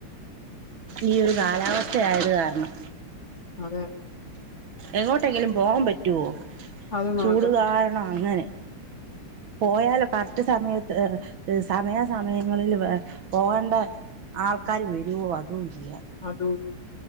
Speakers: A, on the right (about 65°); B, on the left (about 35°).
A: ഈയൊരു കാലാവസ്ഥയായതുകാരണം.
B: അതെ.
A: എങ്ങോട്ടെങ്കിലും പോവാൻ പറ്റോ
B: അത് നടക്കത്
A: ചൂടുകാരണം അങ്ങനെ. പോയാലോ കററ്റ് സമയത്ത് സമയാ സമയങ്ങളിൽ വെ പോകണ്ടെ ആൾക്കാര് വരോ അതുല്ലാ
B: അതു